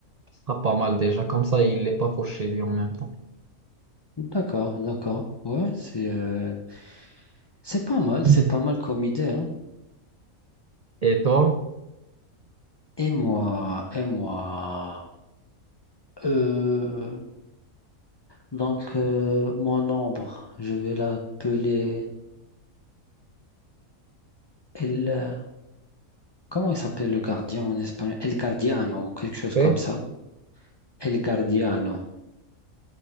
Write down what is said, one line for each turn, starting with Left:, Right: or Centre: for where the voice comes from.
Right: ça sera pas mal déjà. Comme ça, il n'est pas fauché lui en même temps.
Left: D'accord, d'accord. Ouais, c'est... euh, C'est pas mal,
Right: <laughs>
Left: c'est pas mal comme idée, hein.
Right: Et toi?
Left: Et moi, et moi, euh, donc euh, mon ombre, je vais l'appeler El. Comment il s'appelle le gardien en espagnol? El Guardiano ou quelque chose
Right: Ok.
Left: comme ça. El Guardiano.